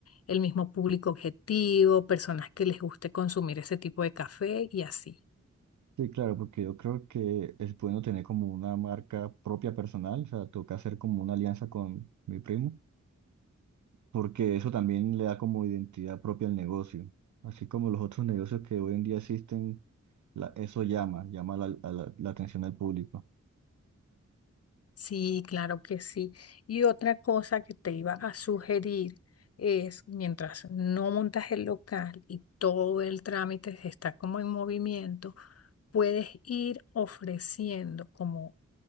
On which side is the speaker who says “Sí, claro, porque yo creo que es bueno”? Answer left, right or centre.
Right